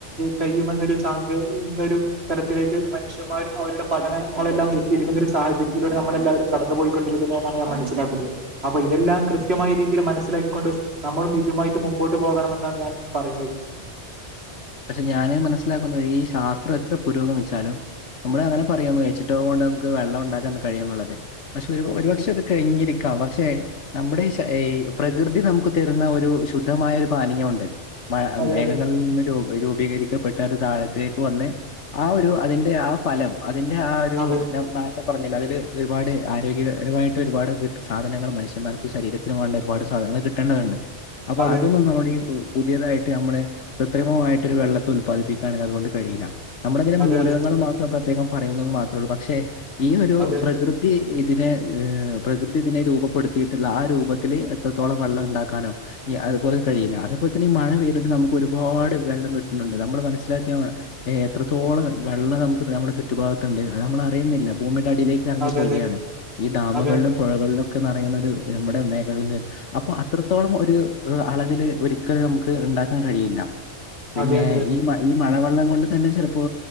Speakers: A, on the right; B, on the left.
A: കഴിയുമെന്നൊരു സാങ് ഇതൊരു തരത്തിലേക്ക് മനുഷ്യമാരും അവരുടെ പഠനങ്ങളെല്ലാം എത്തിയിരിക്കുന്ന ഒരു സാഹചര്യത്തിലൂടെ നമ്മളെ എല്ലാവരും കടന്നു പോയി ണ്ടിരിക്കുന്നാണ് ഞാൻ മനസ്സിലാക്കുന്നത് അപ്പൊ ഇതെല്ലാം കൃത്യമായ രീതിയിൽ മനസ്സിലാക്കിക്കൊണ്ട് നമ്മളും ഇതുമായിട്ട് മുമ്പോട്ട് പോകണമെന്നാണ് ഞാൻ പറയുന്നത്
B: പക്ഷെ ഞാന് മനസ്സിലാക്കുന്നത് ഈ ശാസ്ത്രം എത്ര പുരോഗമിച്ചാലും നമ്മള് അങ്ങനെ പറയാ ഏച്ചു ടു ഒ കൊണ്ട് നമുക്ക് വെള്ളം ഉണ്ടാക്കാൻ കഴിയും എന്നുള്ളത് പക്ഷെ ഒരു ഒരു പക്ഷെ അത് കഴിഞ്ഞിരിക്കാം പക്ഷെ നമ്മുടെ ഏഹ് പ്രകൃതി നമുക്ക് തരുന്ന ഒരു ശുദ്ധമായ ഒരു പാനീയം ഉണ്ട് മഴ
A: അതെ
B: മേഘങ്ങളിൽ
A: അതെ
B: നിന്ന് രു രൂപീകരിക്കപ്പെട്ട ഒരു താഴത്തിലേക്ക് വന്ന് ആ ഒരു അതിന്റെ ആ ഫലം അതിന്റെ ആ ഒരു
A: അതെ
B: നാളത്തെ പറഞ്ഞില്ല അതില് ഒരുപാട് ആരോഗ്യപരമായിട്ട് ഒരുപാട് സാധനൾ മനുഷ്യർക്ക് ശരത്തിന് വേണ്ട ഒരുപാട് സാധനങ്ങൾ കിട്ടേണ്ടതുണ്ട് അപ്പൊ
A: അതെ.
B: അതൊന്നും നമ്മുടെ ഈ പുതിയതായിട്ട് നമ്മള് കൃത്രിമമായിട്ട് ഒരു വെള്ളം ഉൽപാദിപ്പിക്കുകയാണെങ്കിൽ അതുകൊണ്ട് കഴയില്ല നമ്മള് അങ്ങനെ
A: അതെ
B: മൂലകങ്ങള്
A: അതെ.
B: മാത്രെ പ്രത്യേകം പറയുന്നന്ന് മാത്രമേള്ളൂ പക്ഷെ ഈ ഒരു
A: അതെ.
B: പ്രകൃതി കൃതി ഇതിനെ ഹ് പ്രകൃതി ഇതിനെ രൂപപ്പെടുത്തിയിട്ടുള്ള ആ രൂപത്തിൽ എത്രത്തോളം വെള്ളം ഉണ്ടാക്കാനോ അതുപലെ കഴിയില്ല അത്പോലെ തന്നെ ഈ മഴ പെയ്തിട്ട് നമുക്ക് ഒരു ഒരുപാട് വെള്ളം കിട്ടുന്നുണ്ട് നമ്മൾ മനസ്സിലാക്കിയ എത്രത്തോളം വെള്ളം നമുക്ക് നമ്മുടെ ചുറ്റും ചറ്റു ഭാഗത്തുണ്ട് അത് നമ്മൾ അറിയുന്നില്ല ഭൂമിയുടെ അടിയിലേക്ക് ഇറങ്ങി
A: അതെ
B: പോവുകയാണ്
A: അതെ.
B: ഈ ഡാമുകളിലും
A: അതെ.
B: പുഴകളിലൊക്കെ നറയുന്നത് നമ്മുടെ മേഘങ്ങളിൽ നിന്ന് അപ്പൊ അത്രത്തോളം ഒരു അളവില് ഒരിക്കലും നമുക്ക് ഉണ്ടാക്കാൻ കഴിയില്ല പിന്നെ
A: അതെ അതെ അതെ.
B: ഈ ഈ മഴ വെള്ളം കൊണ്ട് തന്നെ ചെലപ്പോ